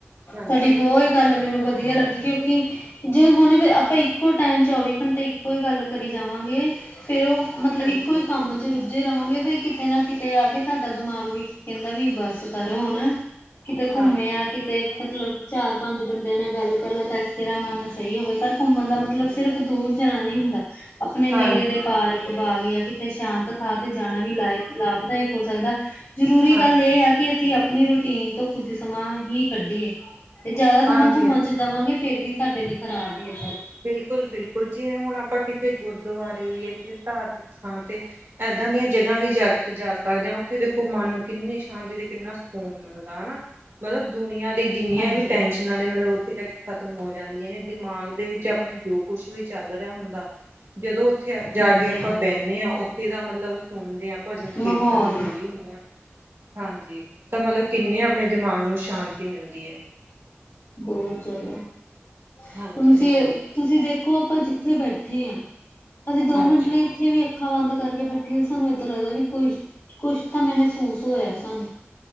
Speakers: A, on the right; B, on the left.
A: ਹਾਂਜੀ
B: ਤਾਡੀ
A: ਹਾਂਜੀ
B: ਬੋਤ ਗੱਲ ਮੈਨੂੰ ਵਧੀਆ ਲੱਗੀ ਕਿਉਂਕਿ ਜੇ ਹੁਣ ਆਪਾਂ ਇੱਕੋ ਟਾਈਮ ਚੌਵੀ ਘੰਟੇ ਇੱਕੋ ਹੀ ਗੱਲ ਕਰੀ ਜਾਵਾਂਗੇ। ਫੇਿਰ ਉਹ ਮਤਲਬ
A: ਬਿਲਕੁਲ
B: ਇੱਕੋ ਹੀ ਕੰਮ ਚ ਰੁੱਝੇ ਰਹਾਂਗੇ ਫਿਰ ਕਿਤੇ ਨਾ ਕਿਤੇ ਆ ਕੇ- ਤੁਡਾ ਦਿਮਾਗ ਵੀ ਕਹਿੰਦਾ ਵੀ ਬਸ ਕਰ ਹੁਣ, ਕਿਤੇ ਘੁੰਮੇ
A: ਹਾਂਜੀ
B: ਆ ਕਿ ਤੇ ਮਤਲਬ ਚਾਰ- ਪੰਜ ਬੰਦਿਆਂ ਨਾਲ ਗੱਲ ਕਰ ਲੈ ਤਾਂ ਤੇਰਾ ਮਨ ਸਹੀ ਹੋਵੇ ਪਰ ਘੁੰਮਣ ਦਾ ਮਤਲ ਮਤਲਬ
A: ਸਹੀ
B: ਸਿਰਫ਼
A: ਗੱਲ
B: ਦੂਰ ਜਾਣਾ ਨੀ ਹੁੰਦਾ। ਆਪਣੇ ਨੇੜੇ
A: ਹਾਂਜੀ
B: ਦੇ ਪਾਰਕ, ਬਾਗ ਜਾਂ ਤੇ ਸ਼ਾਂਤ ਥਾਂ ਤੇ ਜਾਣਾ
A: ਬਿਲਕੁਲ
B: ਵੀ ਲਾ ਲਾਭਦਾਇਕ ਹੋ ਸਕਦਾ। ਜਰੂਰੀ
A: ਹਾਂਜੀ
B: ਗੱਲ ਇਹ ਹੈ ਕਿ ਅਸੀਂ ਆਪਣੀ ਰੂਟੀਨ ਤੋਂ ਕੁੱਝ ਸਮਾਂ ਹੀ ਕੱਢੀਏ। ਤੇ ਜ਼ਿਆਦਾ ਸਮਾਂ
A: ਹਾਂਜੀ
B: ਘੁੰਮਣ
A: ਹਾਂਜੀ
B: ਚ' ਦੇਵਾਂਗੇ, ਫੇਰ ਵੀ ਸਾਡੇ ਲਈ ਖਰਾਬ ਹੀ ਆ।
A: ਬਿਲਕੁਲ- ਬਿਲਕੁਲ। ਜਿਵੇਂ ਹੁਣ ਆਪਾਂ ਕਿਸੇ ਗੁਰਦੁਆਰੇ ਯਾ ਕਿਸੇ ਧਾਰਮਿਕ ਥਾਂ ਤੇ ਇਏਦਾਂ ਦੀਆਂ ਜਗ੍ਹਾ ਵੀ ਜਾ- ਜਾ ਸਕਦੇ ਹਾਂ ਉੱਥੇ ਦੇਖੋ ਮਨ ਕਿੰਨੀ ਸ਼ਾਂਤੀ ਤੇ ਕਿੰਨਾ ਸਕੂਨ ਮਿਲਦਾ ਹਨਾ। ਮਤਲਬ ਦੁਨੀਆਂ ਦੇ ਜਿੰਨੀਆਂ
B: ਹਾਂਜੀ,
A: ਵੀ ਟੈਨਸ਼ਨਾਂ ਨੇ ਮਤਲਬ ਉੱਥੇ ਜਾ ਕੇ ਖ਼ਤਮ ਹੋ ਜਾਂਦੀਆਂ ਨੇ ਦਿਮਾਗ ਦੇ ਵਿੱਚ ਆਪਣੇ ਜੋ ਕੁਛ ਵੀ ਚੱਲ ਰਿਹਾ ਹੁੰਦਾ। ਜਦੋਂ ਉੱਥੇ ਜਾ
B: ਹਾਂਜੀ
A: ਕੇ ਆਪਾਂ ਬਹਿੰਦੇ ਹਾਂ ਉੱਥੇ ਦਾ ਮਤਲਬ ਸੁਣਦੇ ਹਾਂ, ਭਜਨ, ਕੀਰਤਨ
B: ਮਾਹੌਲ
A: ਜੋ ਵੀ ਹੁੰਦਾ। ਹਾਂਜੀ। ਤਾਂ ਮਤਲਬ ਕਿੰਨੇ ਆਪਣੇ ਦਿਮਾਗ ਨੂੰ ਸ਼ਾਂਤੀ ਮਿਲਦੀ ਹੈ।
B: ਬਹੁਤ ਜ਼ਿਆਦਾ। ਹੁਣ
A: ਹਾਂਜੀ-ਹਾਂਜੀ,
B: ਤੁਸੀਂ ਤੁਸੀਂ ਦੇਖੋ ਆਪਾਂ ਜ ਉੱਥੇ ਬੈਠੇ ਹਾਂ। ਅਸੀਂ ਦੋ
A: ਹਾਂਜੀ
B: ਮਿੰਟ ਲਈ ਉੱਥੇ ਵੀ ਅੱਖਾਂ ਬੰਦ ਕਰਕੇ ਬੈਠੀ ਤੇ ਸਾਨੂੰ ਏਦਾਂ ਲੱਗਦਾ ਵੀ ਕੁਛ- ਕੁਛ ਤਾਂ ਮਹਿਸੂਸ ਹੋਇਆ ਸਾਨੂੰ।